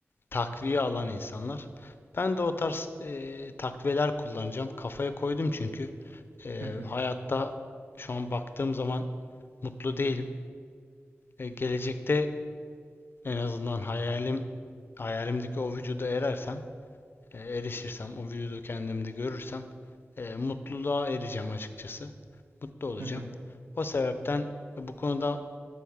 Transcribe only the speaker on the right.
hı hı,
hı hı,